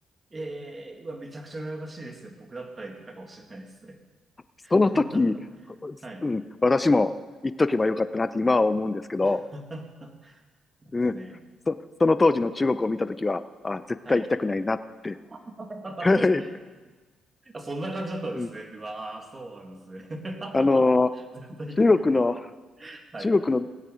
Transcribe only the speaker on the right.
ええーうわ、めちゃくちゃ羨ましいですね。僕だったら言ってたかもしれないですね。
<laughs> はい。
<laughs> ですね。
はい。<laughs>
あそんな感じだったんですね。
うわー、そうなんですね。<laughs> 絶対行きたく
ない。
はい。